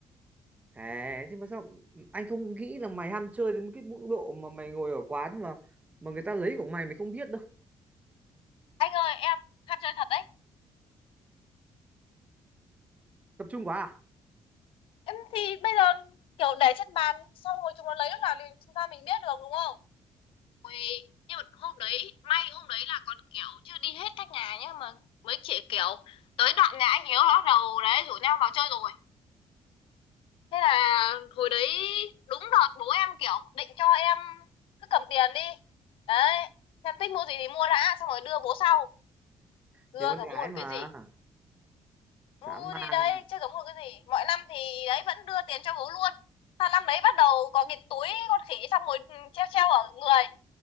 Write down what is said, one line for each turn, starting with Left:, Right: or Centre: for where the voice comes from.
Right: thế chứ mà sao anh không nghĩ là mày ham chơi đến cái mức độ mà mày ngồi ở quán mà mà người ta lấy của mày mày không biết đâu
Left: anh ơi em ham chơi thật đấy
Right: tập trung quá à
Left: Em thì bây giờ kiểu để trên bàn xong rồi chúng nó lấy lúc nào thì chúng ta mình biết được đúng không? Ui, nhưng mà hôm đấy may hôm đấy là còn kiểu chưa đi hết các nhà nhá mà mấy chị kiểu tới đoạn nhà anh Hiếu nó bắt đầu đấy rủ nhau vào chơi rồi thế là hồi đấy đúng đợt bố em kiểu định cho em cứ cầm tiền đi đấy em thích mua gì thì mua đã xong rồi đưa bố sau đưa
Right: chỉ con
Left: cả
Right: gái
Left: mua được
Right: mà
Left: cái gì Ừ
Right: dã man
Left: thì đấy,
Right: mà.
Left: chứ giống một cái gì. Mọi năm thì đấy vẫn đưa tiền cho bố luôn. Sang năm đấy bắt đầu có cái túi con khỉ xong rồi ừ, treo treo ở người.